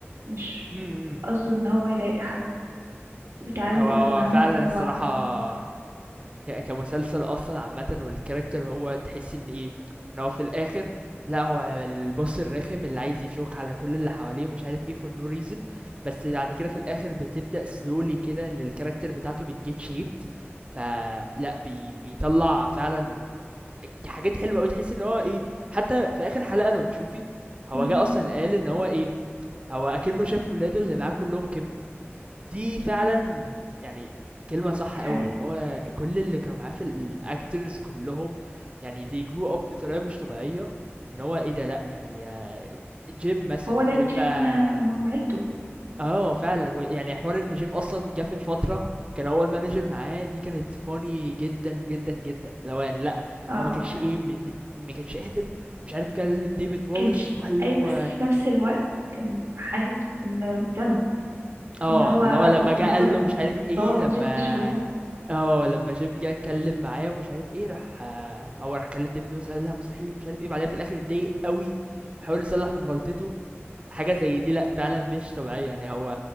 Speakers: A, on the right; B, on the right.
A: مش
B: إمم، إمم.
A: قصده ان هو يضايق حد وبيتعامل
B: هو
A: دايما
B: هو
A: معاهم
B: فعلًا
A: ان هو
B: الصراحة ك- كمسلسل اصلا عامه والكاركتر هو تحس ان ايه ان هو في الاخر لا هو البص الرخم اللي عايز يجوك على كل اللي حواليه ومش عارف ايه فور نو ريزن بس بعد كده في الاخر بتبدا سلولي كده ان الكاركتر بتاعته بتجيت شيبت فلا بي بيطلع فعلا حاجات حلوه قوي تحس ان هو ايه حتى في اخر حلقه لو تشوفي هو
A: مم.
B: جه اصلا قال ان هو ايه هو اكنه شاف ولاده اللي معاه كلهم كبروا دي فعلًا يعني كلمة صح
A: دي
B: أوي،
A: حقيقة
B: إن هو كل اللي كانوا معاه في الactors كلّهم يعني they grew up بطريقة مش طبيعية، إن هو إيه ده لأ، يعني Jim مثلًا،
A: هو دايما
B: Jim
A: شايف
B: بقى
A: انها انهم عيلته
B: آه فعلًا، ويعني حوار إن Jim أصلًا جه في فترة كان هو الmanager معاه دي كانت funny جدًا، جدًا، جدًا، اللي هو يعني لأ،
A: اه
B: هو ما كانش
A: ف-
B: إيه م م ما كانش قادر ومش عارف كلم David Wallace
A: كان ش...
B: وقال
A: ايوه
B: له
A: بس في نفس الوقت كان حاسس إن- بالذنب
B: آه،
A: ان هو
B: اللي هو لمّا
A: ب-
B: جه
A: بوظ
B: قال له مش عارف إيه،
A: بوظ
B: لمّا
A: لجيم الشغلانة
B: آه، لمّا جيم جه اتكلّم معاه ومش عارف إيه، راح آه، هو راح كلّم ديفيد ويلسون قال لأ مستحيل ومش عارف إيه، بعدها في الآخر اتضايق أوي وحاول يصلّح من غلطته، حاجة زي دي لأ فعلًا مش طبيعية، يعني هو